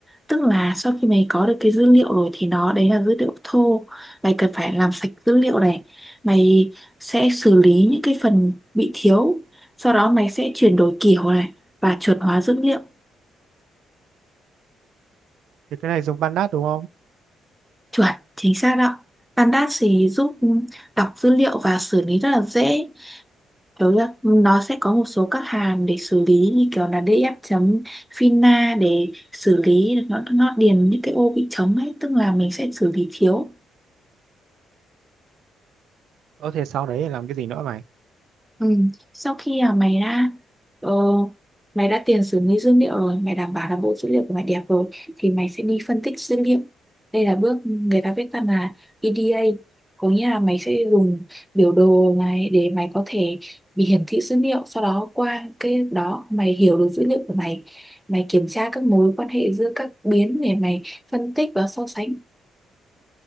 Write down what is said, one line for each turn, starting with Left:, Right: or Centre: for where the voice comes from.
Centre: Tức là sau khi mày có được cái dữ liệu rồi thì nó đấy là dữ liệu thô. Mày cần phải làm sạch dữ liệu này. Mày sẽ xử lý những cái phần bị thiếu. Sau đó mày sẽ chuyển đổi kiểu này và chuẩn hóa dữ liệu.
Right: Thì cái này dùng Pandas đúng không?
Centre: Chuẩn, chính xác đó. Pandas thì giúp đọc dữ liệu và xử lý rất là dễ. Kiểu là nó sẽ có một số các hàm để xử lý như kiểu là df chấm fina để xử lý nó, nó điền những cái ô bị trống ấy tức là mình sẽ xử lý thiếu
Right: Có thể sau đấy là làm cái gì nữa mày?
Centre: Ừ. Sau khi à, mày đã ờ, mày đã tiền xử lý dữ liệu rồi, mày đảm bảo là bộ dữ liệu của mày đẹp rồi thì mày sẽ đi phân tích dữ liệu. Đây là bước người ta viết tắt là EDA, có nghĩa là mày sẽ dùng biểu đồ này để mày có thể bị hiển thị dữ liệu, sau đó qua cái đó mày hiểu được dữ liệu của mày, mày kiểm tra các mối quan hệ giữa các biến để mày phân tích và so sánh